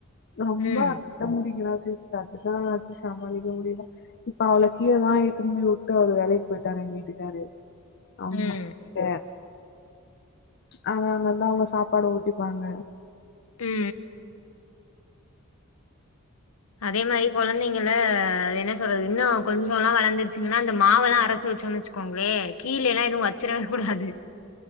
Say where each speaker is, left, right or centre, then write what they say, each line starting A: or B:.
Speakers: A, on the left; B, on the left.
A: ரொம்ப
B: ம்
A: அடோ புடிக்கிறா <unintelligible> சத்துதா அதுவச்சு சமாளிக்க முடியல இப்ப அவளைக்கீழதா இழுத்துனு போய் விட்டு அவரு வேலைக்கு போயிட்டார் எங்க வீட்டுக்காரு ஆம்மா
B: ம்
A: கிட்ட அங்க அங்கந்தா அவங்க சாப்பாடு ஊட்டிப்பாங்க
B: உ உ அதே மாரி கொழந்தைங்கள என்ன சொல்றது இன்னு கொஞ்சலா வளர்ந்துருச்சுங்கன்னா அந்த மாவலா அரைச்சு வச்சோன்னு வச்சுக்கோங்களே கீழே லா எதுவு வச்சிரவே கூடாது